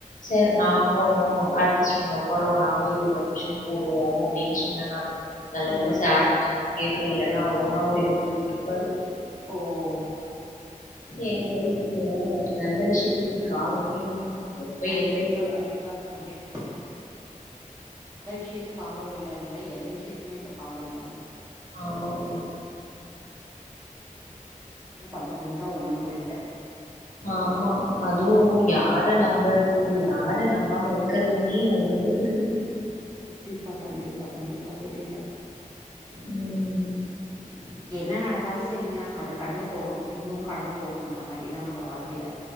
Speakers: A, on the left; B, on the right.
A: சர் நா ஒ ஒ அட்மிஷன்ல ஒக்காருவோ நாங்களு இருவது அட்மிஷன் போடுவோ அப்டின்னு சொன்ன நானு நல்ல
B: ஆ
A: வேல
B: ஆ
A: சாரு வந்து கேக்குல இல்லனா அவ்ளோதா அவ்ர் என்ன திட்டிட்டு இருப்பாரு
B: ஓ ஓ
A: எங்க இங்க நல்ல விஷ்யத்துக்கு காலமே இல்லைங்க எப்ப
B: கண்டிப்பா
A: எதை எப்படி
B: கண்டிப்பா கண்டிப்பாங்க நல்ல விஷ்யத்துக்கு காலோ இல்லைன்ன எந்த விஷ்யத்துக்குமே இப்ப காளோ இல்லைங்க
A: ஆமாங்க
B: என்ன பண்ணுறதுந்தா ஒன்னு புரியில
A: ஆமா அதுவு யார நம்பறது யார நம்பமாம இருக்கறதுன்னே ஒண்ணுமே புரியில
B: கண்டிப்பா கண்டிப்பா கண்டிப்பா தெரியில
A: ம்
B: என்ன நடந்தாலு செரிங்க அத கடந்து போகணு இதுவு கடந்து போகும்ன்ற மாதிரிதா நம்ம வாழ்க்கையில